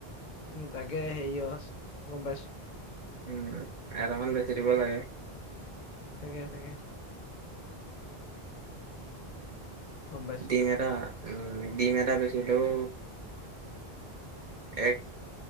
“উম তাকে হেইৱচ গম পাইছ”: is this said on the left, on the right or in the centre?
Left